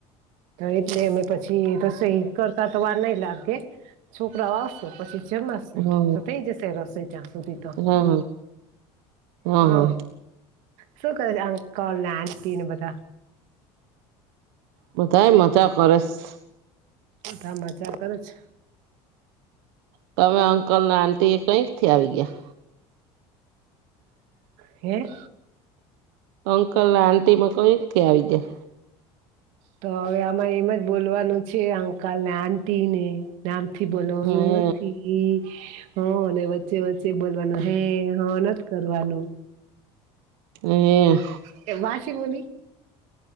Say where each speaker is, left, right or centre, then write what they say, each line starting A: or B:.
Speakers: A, on the right; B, on the right.
A: એટલે અમે પછી રસોઈ કરતા તો વાર નઈ લાગે છોકરા ઓ આવશે પછી જમાશે
B: હા
A: તો થઈ જશે રસોઈ ત્યાં સુધી તો
B: હા હા
A: હ
B: હા
A: શું કરે છે અંકલ ને આટી ને બધા?
B: બધાય મજા કરશ
A: બધા મજા કરે છે
B: ત અમે અંકલ અને આંટી એ કંઈકથી આવી ગ્યા
A: હે?
B: અંકલ આંટી માં કઈથી આવી ગ્યા
A: તો હવે આમાં એમ જ બોલવાનું છે અંકલ ને આટી ને આમ થી બોલવાનું
B: હે
A: નથી એ હ વચ્ચે વચ્ચે બોલવાનું હે હ ન કરવાનું
B: હે
A: કે વાશીમોલી